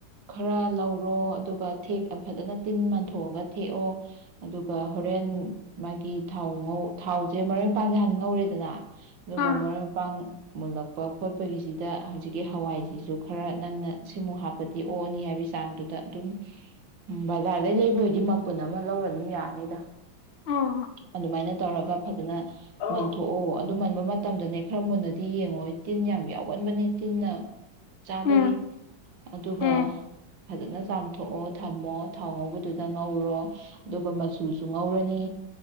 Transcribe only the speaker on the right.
ꯈꯔ ꯂꯧꯔꯣ ꯑꯗꯨꯒ ꯊꯦꯛ ꯑꯥ ꯐꯖꯅ ꯇꯤꯟ ꯃꯟꯊꯣꯛꯑꯒ ꯊꯦꯛꯑꯣ ꯑꯗꯨꯒ ꯍꯣꯔꯦꯟ ꯃꯥꯒꯤ ꯊꯥꯎ ꯉꯧ ꯊꯥꯎꯁꯦ ꯃꯔꯣꯏꯄꯥꯡꯁꯦ ꯍꯥꯟꯅ ꯉꯧꯔꯦꯗꯅ ꯑꯗꯨꯒ
ꯃꯔꯣꯢꯃꯄꯥꯡ ꯃꯨꯜꯂꯛꯄ ꯈꯣꯠꯄꯒꯤꯁꯤꯗ ꯍꯧꯖꯤꯛꯀꯤ ꯍꯋꯥꯏꯁꯤꯁꯨ ꯈꯔ ꯅꯪꯅ ꯁꯤꯃꯨꯛ ꯍꯥꯞꯄꯗꯤ ꯑꯣꯛꯑꯅꯤ ꯍꯥꯏꯕꯒꯤ ꯆꯥꯡꯗꯨꯗ ꯑꯗꯨꯝ ꯕꯖꯥꯔꯗꯩ ꯂꯩꯕ ꯑꯣꯏꯗꯤ ꯃꯄꯨꯟ ꯑꯃ ꯂꯧꯔ ꯑꯗꯨꯝ ꯌꯥꯅꯤꯗ
ꯑꯗꯨꯃꯥꯏꯅ ꯇꯧꯔꯒ ꯐꯖꯅ
ꯃꯟꯊꯣꯛꯑꯣ ꯑꯗꯨ ꯃꯟꯕ ꯃꯇꯝꯗꯅꯦ ꯈꯔ ꯃꯨꯟꯅꯗꯤ ꯗꯤ ꯌꯦꯡꯉꯣ ꯇꯤꯟ ꯌꯥꯝ ꯌꯥꯎꯒꯟꯕꯅꯦ ꯇꯤꯟꯅ ꯆꯥꯕꯒꯤ
ꯑꯗꯨꯒ
ꯐꯖꯅ ꯆꯥꯝꯊꯣ ꯊꯣꯛꯑꯣ ꯊꯝꯃꯣ ꯊꯥꯎ ꯉꯧꯕꯗꯨꯗ ꯉꯧꯔꯣ ꯑꯗꯨꯒ ꯃꯆꯨꯁꯨ ꯉꯧꯔꯅꯤ